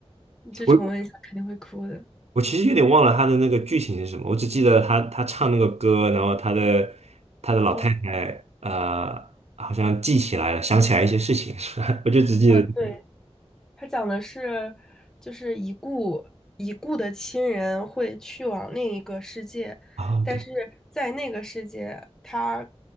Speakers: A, in the centre; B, on the right.
A: 你去重温一下，
B: 我
A: 肯定会哭的。
B: 我其实有点忘了他的那个剧情是什么，我只记得他他唱那个歌，然后他的他的老太太呃好像记起来了，
A: 哇
B: 想起来一些事情，<laughs> 是吧？<laughs> 我就只记得这个，
A: 啊，对，它讲的是，就是已故已故的亲人会去往另一个世界，
B: 哦，
A: 但是在那个世界，
B: 对，
A: 他